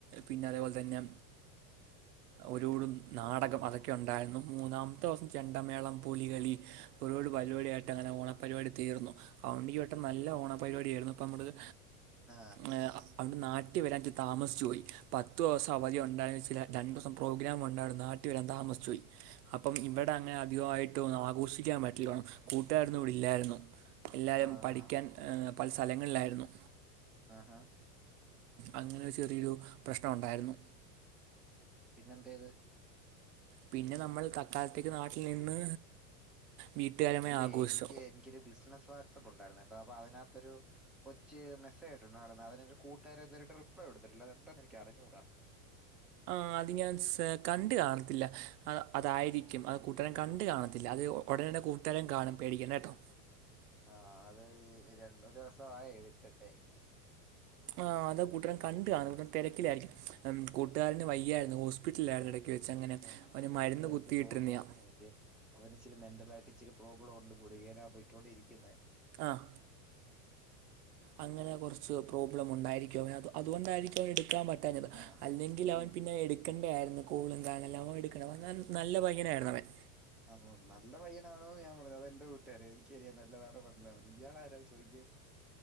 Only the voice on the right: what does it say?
പിന്നെ അതുേപോലെ തന്നെ ഒരുോടും നാടകം അതൊക്കെ ഉണ്ടായിരുന്നു മൂന്നാമത്തെ ദിവസം ചെണ്ടമേളം പുലികളി ഒരുപാട് പരിപാടിയായിട്ട് അങ്ങനെ ഓണപരിപാടി തീർന്ന അവണ്ടങ്കിൽ വട്ടം നല്ല ഓണപരിപാടിയായിട്ടരുന്നു
ന അ ന നാട്ടി വരാൻ താമസിച്ചു പോയി പത്ത് ദിവസം അവധി ഉണ്ടായി ചില രണ്ട് ദിവസം പ്രോഗ്രാംമ ഉണ്ടായിും നാട്ടിൽ വരാൻ യി അപ്പം ഇവിടെ അങ്ങനെ അധികമായിട്ട് ന്നും ആഘോഷിക്കാൻ പറ്റില്ലണം കൂട്ടുകാരന്നും ഇവിടെല്ലായിരുന്നു എല്ലാവരും
പഠിക്കാൻ പല സ്ഥലങ്ങളിലായിരുന്നു
അങ്ങനെ ചെറിയൊരു പ്രശ്നമ ഉണ്ടായിരുന്നു
പിന്നെ നമ്മൾ തക്കാലത്തേക്ക് നാട്ടിൽ നിന്ന് വീട്ടുകാരുമായി
ആഘോഷിച്ചു
ആ അത് ഞാൻ. കണ്ടു കാണത്തില്ല അതായിരിക്കും അത് കൂട്ടാരൻ കണ്ട കാണത്തില്ല ഉടനെത്തന്നെ കൂട്ടുകാരൻ കാണും പേടിക്കണ്ട ട്ടോ
ആ അത് കൂട്ടുകാരൻ കണ്ടു കാണത്തില്ല തിരക്കിലായിരിക്കും കൂട്ടുകാരന്
വയ്യായിരുന്നു ഹോസ്പിറ്റലിലായിരുന്നു ഇടയ്ക്ക് വെച്ച് അങ്ങനെ
അവന് മരുന്ന്
കുത്തിയിട്ടിരുന്നയാ
ആഹ് അങ്ങനെ കുറച്ച് പ്രോബ്ലം ഉണ്ടായിരിക്കും അത് അതുകൊണ്ടായിരിക്കും അവൻ എടുക്കാൻ പറ്റാഞ്ഞത്
അല്ലെങ്കിൽ
അവൻ പിന്നെ എടുക്ക എടുക്കണ്ട ആയിരുന്നു കോളും കാ എല്ലാം അവ എടുക്ക നല്ല പയ്യനായിരുന്നു അവൻ